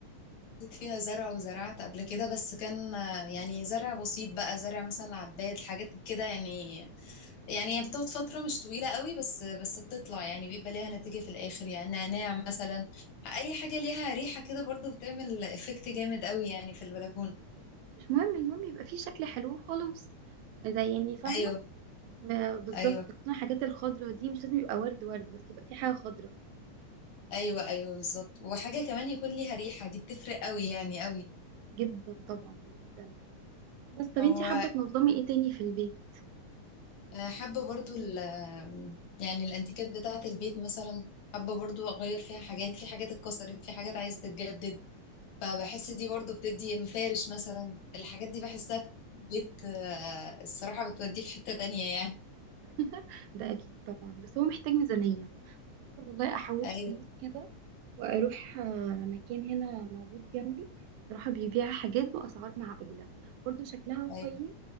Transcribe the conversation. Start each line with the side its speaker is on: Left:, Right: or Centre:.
Left: <laughs> جيت فيها زرع وزرعت قبل كده بس كان يعني زرع بسيط بقى زرع مثلا عباد حاجات كده يعني يعني هي بتقعد فترة مش طويلة قوي بس بس بتطلع يعني بيبقى ليها نتيجة في الآخر يعني نعناع مثلا أي حاجة ليها ريحة كده برضو بتعمل إفكت جامد قوي يعني في البلكونة
Right: مش مهم المهم يبقى فيه شكل حلو وخلاص زي يعني فاهمة
Left: أيوه
Right: ب- بالظبط
Left: أيوه
Right: خصوصاً الحاجات الخضرا دي مش لازم يبقى ورد ورد بس يبقى في حاجة خضرا
Left: أيوه أيوه بالظبط وحاجة كمان يكون ليها ريحة دي بتفرق قوي يعني قوي
Right: جدا طبعا جدا بس طب
Left: هو
Right: انتي حابة تنظمي ايه تاني في البيت
Left: آه، حابة برضو ال آه، يعني الأنتيكات بتاعة البيت مثلا حابة برضو أغير فيها حاجات في حاجات اتكسرت في حاجات عايزة تتجدد فبحس دي برضو بتدي المفارش مثلا الحاجات دي بحسها بت آه، الصراحة بتوديه في حتة تانية يعني
Right: <laughs> ده اكيد طبعا بس هو محتاج ميزانية والله احوش
Left: ايوه
Right: فلوس كده واروح آه، مكان هنا موجود جنبي بصراحة بيبيع حاجات بأسعار معقولة برضه شكلها
Left: ايوه
Right: قيم